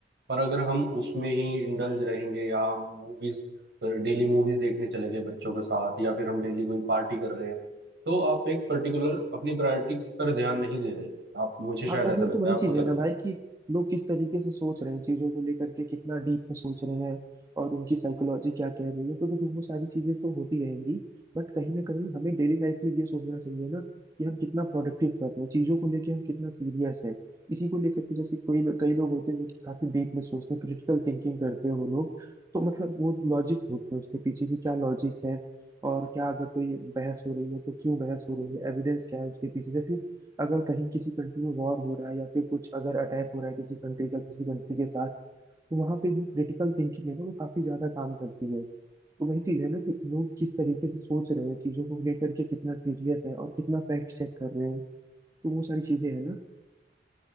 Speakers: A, on the right (about 65°); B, on the right (about 20°).
A: पर अगर हम उसमें ही इंडल्ज रहेंगे या हम मूवीज डेली मूवीज देखने चले गए बच्चों के साथ या फिर हम डेली कोई पार्टी कर रहे हैं तो आप एक पर्टिकुलर अपनी प्रायोरिटी पर ध्यान नहीं दे रहे हैं। आप मुझे शायद
B: हाँ तो
A: ऐसा
B: वो
A: लगता
B: तो वही
A: है आपको
B: चीज
A: क्या
B: है ना
A: लगता
B: भाई
A: है
B: कि लोग किस तरीके से सोच रहे हैं चीजों को लेकर के कितना डीप में सोच रहे हैं और उनकी साइकोलॉजी क्या कह रही है तो देखो वो सारी चीजें तो होती रहेंगी बट कहीं ना कहीं हमें डेली लाइफ में ये सोचना चाहिए ना कि हम कितना प्रोडक्टिव कर रहे हैं चीजों को लेके हम कितना सीरियस हैं इसी को लेकर के जैसे कोई लोग कई लोग होते हैं जो कि काफी डीप में सोचते हैं क्रिटिकल थिंकिंग करते हैं वो लोग तो मतलब वो लॉजिक ढूंढते हैं उसके पीछे की क्या लॉजिक है और क्या अगर कोई बहस हो रही है तो क्यों बहस हो रही है एविडेंस क्या है उसके पीछे जैसे अगर कहीं किसी कंट्री में वॉर हो रहा है या फिर कुछ अगर अटैक हो रहा है किसी कंट्री का किसी कंट्री के साथ तो वहां पे जो क्रिटिकल थिंकिंग है ना वो काफी ज्यादा काम करती है तो वही चीज है ना कि लोग किस तरीके से सोच रहे हैं चीजों को लेकर के कितना सीरियस है और कितना फैक्ट चेक कर रहे हैं तो वो सारी चीजें है ना